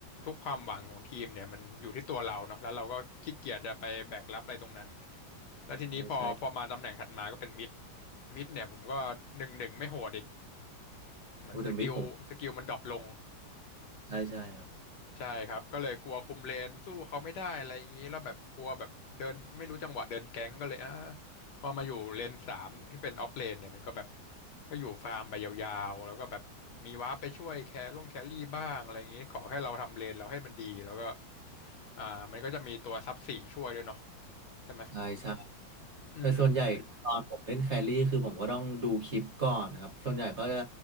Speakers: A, on the left (about 65°); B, on the right (about 45°).
A: ทุกความหวังของทีมเนี่ยมันอยู่ที่ตัวเราเนาะแล้วเราก็ขี้เกียจจะไปแบกรับอะไรตรงนั้นแล้วทีนี้พอพอมาตำแหน่งถัดมาก็เป็นมิด
B: ใช่ใช่
A: มิดเนี่ยผมก็หนึ่งหนึ่งไม่โหดอีกเหมือนสกิลสกิลมันดรอปลง
B: โอ้เดอะมิดผมใช่ใช่ครับ
A: ใช่ครับก็เลยกลัวคุมเลนสู้เขาไม่ได้อะไรอย่างนี้แล้วแบบกลัวแบบเดินไม่รู้จังหวะเดินแก๊งก็เลยอ่าพอมาอยู่เลนสามที่เป็นออฟเลนเนี่ยมันก็แบบก็อยู่ฟาร์มไปยาวๆแล้วก็แบบมีวาร์ปไปช่วยแคร่งแครี่บ้างอะไรอย่างนี้ขอให้เราทำเลนเราให้มันดีแล้วก็อ่ามันก็จะมีตัวซับสี่ช่วยด้วยเนาะใช่ไหม
B: ใช่ใช่
A: อืม
B: แต่ส่วนใหญ่ตอนผมเล่นแครี่คือผมก็ต้องดูคลิปก่อนครับส่วนใหญ่ก็จะ